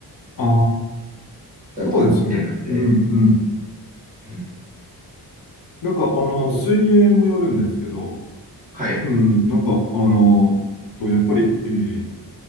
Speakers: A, on the left (about 55°); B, on the right (about 20°).
A: ああ、
B: だと思っているので、
A: そうですよね。うん、うん。
B: うん、
A: なんか、あの、
B: こう
A: 水泳もやるんですけど、
B: はい。
A: うん、なんか、あの、と、やっぱり、えー